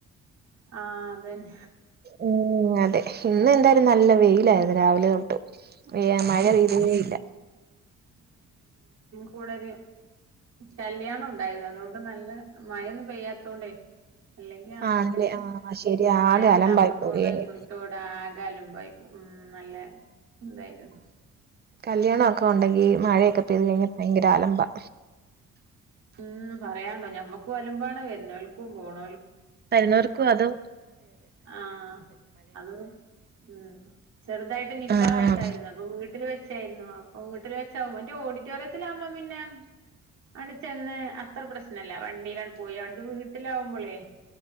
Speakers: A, on the right; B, on the right.
A: ആഹ് അതന്നെ
B: ഉം അതെ ഇന്ന് എന്തായാലും നല്ല വെയിലായിരുന്നു രാവിലെ തൊട്ട് വെയാം മഴ പെയ്തതെ
A: ഉം
B: ഇല്ല
A: കൂടെരു കല്യാണം ഉണ്ടായിരുന്നു അതോണ്ട് നല്ല മഴ ഒന്നും പെയ്യാത്തോണ്ടേ അല്ലെങ്കി
B: ആണല്ലേ
A: ആകെ
B: ആഹ് ശരി ആകെ
A: മഴത്ത്
B: അലമ്പായി
A: അങ്ങോട്ട്
B: പോയേനെ
A: ഓട ഇങ്ങോട്ട് ഓട ആകെ അലമ്പായി ഉം നല്ല തായിരുന്നു
B: കല്യാണ ഓക് പ്പൊണ്ടെങ്കി മഴയക്കെ പെയ്ത് കഴിഞ്ഞ ഭയങ്കര ആലമ്പ
A: ഉം പറയാണ്ടോ ഞമ്മക്ക് ഒലമ്പാണ് വര്നോൽകും പോ ഓൽ
B: വരുന്നൂർക്കു അതോ
A: ആഹ് അത് ഉ ചെറുതായിട്ട് നിക്കായിട്ടായിരുന്നു
B: ആഹ്
A: അപ്പൊ വീട്ടിൽ വെച് ച്ചായിരുന്നു അപ്പൊ വീട്ടില് വെച്ചാവുമ്പോ ന്റെ ഓഡിറ്റോറിയത്തിലാഉമ്പോ പിന്നെ അട് ചെന്ന് അത്ര പ്രശ്നല്ല വണ്ടിയില പോയി അവിടുന്ന് വീട്ടിലാവുമ്പോളെ